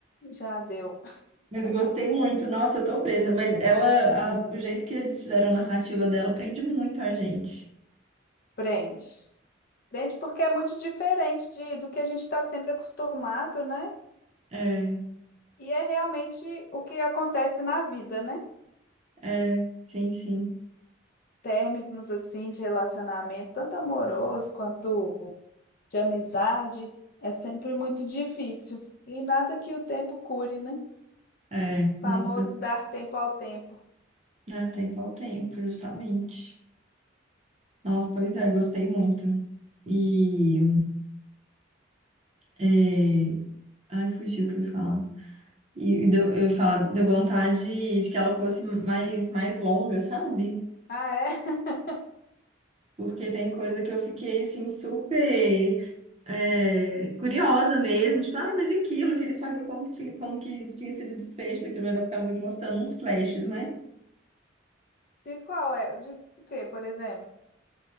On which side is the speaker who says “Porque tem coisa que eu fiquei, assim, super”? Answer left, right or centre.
Right